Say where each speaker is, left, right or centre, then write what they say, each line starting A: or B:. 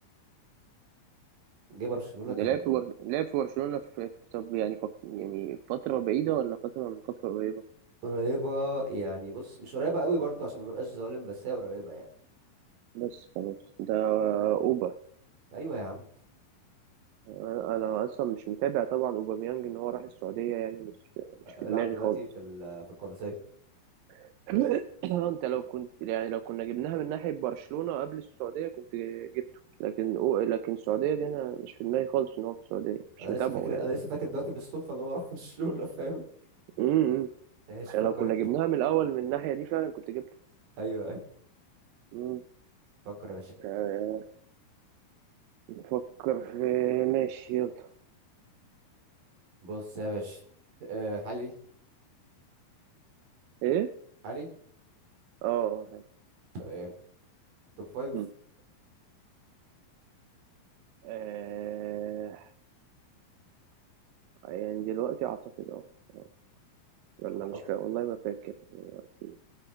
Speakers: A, on the right (about 60°); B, on the right (about 80°).
A: جه برشلونة كان
B: ده لعب في بر- لعب في برشلونة في في- طب يعني فك... يعني فترة بعيدة ولا فترة من فترة قريبة
A: قريبة يعني بص مش قريبة قوي برضو عشان ما ببقاش ظالم بس هي قريبة يعني
B: بس خلاص ده أوبا
A: ايوه يا عم
B: أنا أنا أصلا مش متابع طبعا أوباميانج إن هو راح السعودية يعني مش مش في
A: بلعب
B: دماغي
A: دلوقتي
B: خالص
A: في ال- في القادسية
B: <coughs> <clears throat> اه انت لو كنت يعني لو كنا جبناها من ناحية برشلونة قبل السعودية كنت جبته لكن أو... لكن السعودية دي انا مش في دماغي خالص ان هو في السعودية مش
A: انا
B: متابعه
A: لسه فاكر
B: يعني
A: انا لسه فاكر دلوقتي بالصدفة ان هو راح <laughs> برشلونة فاهم
B: امم
A: ايش
B: احنا
A: فكر
B: لو كنا
A: انت
B: جبناها من الاول من الناحيه دي فعلا كنت جبته
A: ايوه ايوه
B: مم.
A: فكر يا باشا
B: آه، نفكر في ماشي يلا
A: بص يا باشا أه حالي
B: ايه
A: حالي
B: اه
A: طب ايه توب فايف
B: مم. آه، يعني دلوقتي اعتقد اه آه. ولا
A: اعتقد
B: مش فاكر والله ما فاكر دلوقتي